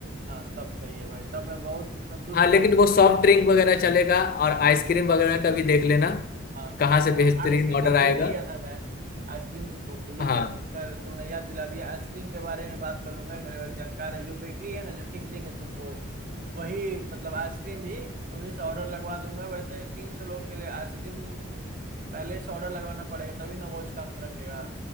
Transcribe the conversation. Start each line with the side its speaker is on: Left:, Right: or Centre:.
Right: हाँ तब सही है भाई तब मैं बहुत संतुष्ट
Left: हाँ लेकिन
Right: हूँ इस
Left: वो
Right: बारे
Left: सॉफ्ट
Right: में
Left: ड्रिंक वगैरह चलेगा और आइसक्रीम वगैरह का भी देख लेना
Right: हाँ हाँ
Left: कहाँ से बेहतरीन
Right: हाँ, आइसक्रीम
Left: ऑर्डर
Right: तो भूल
Left: आएगा
Right: ही गया था मैं आइसक्रीम तो थो- भूल ही
Left: हाँ
Right: गया था खैर तुमने याद दिला दिया आइसक्रीम के बारे में बात कर लूंगा मेरे भाई जानकार है जो बेकरी है ना जो केक देंगे तुमको वही मतलब आइसक्रीम भी उन्हीं से ऑर्डर लगवा दूंगा वैसे तीन सौ लोगों के लिए आइसक्रीम पहले से ऑर्डर लगवाना पड़ेगा तभी ना वो स्टॉक में रखेगा